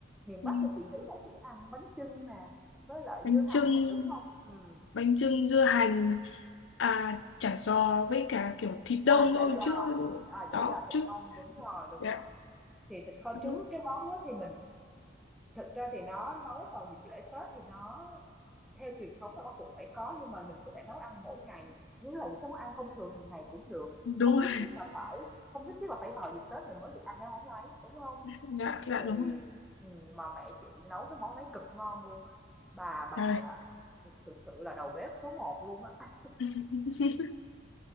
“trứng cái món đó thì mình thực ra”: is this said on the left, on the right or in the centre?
Centre